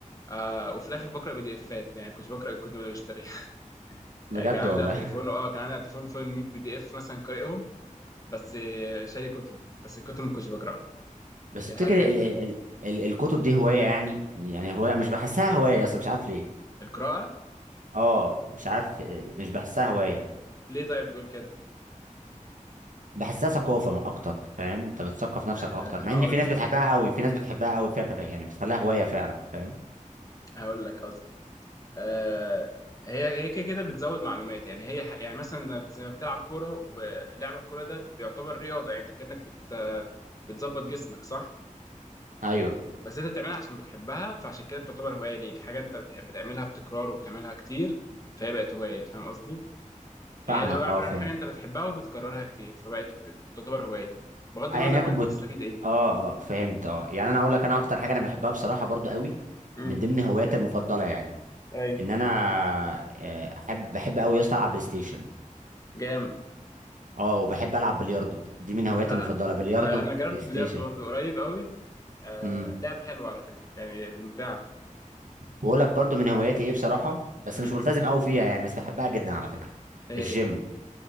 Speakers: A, on the left; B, on the right.
A: آه وفي الآخر بقرأ بي دي إفات يعني كنت بقرأ الكتب اللي بشتريها <laughs>
B: بجد
A: يعني كان عندي
B: والله
A: على التليفون اه كان عندي على التليفون فوق 100 بي دي إف مثلا قارئهم بس آه، شاري كتب بس الكتب ما كنتش بقرأها
B: <laughs> بس
A: يعني
B: تفتكر
A: حاجة غريبة
B: ال ال ال ال الكتب دي هوايه يعني يعني هوايه مش بحسها هوايه اصلا مش عارف ليه
A: القراءة
B: اه مش عارف إيه، مش بحسها هوايه
A: ليه طيب بتقول كده؟
B: بحسها ثقافه م- اكتر فاهم انت بتثقف نفسك
A: أه
B: اكتر
A: هقول
B: مع ان في ناس
A: لك
B: بتحبها قوي في ناس بتحبها قوي فكره يعني بتخليها هوايه فعلا فاهم
A: هقول لك قصدي أه هي هي كده كده بتزود معلومات يعني هي ح- يعني مثلا زي ما بتلعب كوره ولعب الكوره ده بيعتبر رياضه يعني انت كانك بت بتظبط جسمك صح
B: ايوه
A: بس انت بتعملها عشان بتحبها فعشان كده بتعتبر هوايه ليك حاجه انت بتح- بتعملها بتكرار وبتعملها كتير فهي بقت هوايه فاهم قصدي يعني
B: فاهمك
A: هي الهوايه
B: اه
A: عباره
B: فهمت
A: عن حاجه انت بتحبها وبتكررها كتير فبقت بتعتبر هوايه بغض
B: ايا
A: النظر بقى
B: يكن
A: انت
B: بت...
A: بتستفيد ايه
B: اه اه فهمت اه يعني انا اقول لك انا اكتر حاجه انا بحبها بصراحه برضو قوي
A: امم
B: من ضمن هواياتي المفضله يعني
A: ايوه
B: ان انا آه، احب بحب قوي يا اسطى العب بلاي ستيشن
A: جامد
B: اه وبحب العب بلياردو دي من هواياتي
A: آه،
B: المفضله بلياردو
A: انا انا جربت
B: بلاي ستيشن
A: البلياردو برضه قريب قوي آه
B: امم
A: لعبة حلوة على فكرة يعني ممتعة
B: بقول لك برضو من هواياتي ايه بصراحه بس
A: مم.
B: مش ملتزم قوي فيها يعني بس بحبها جدا على فكره
A: ايه
B: الجيم
A: هي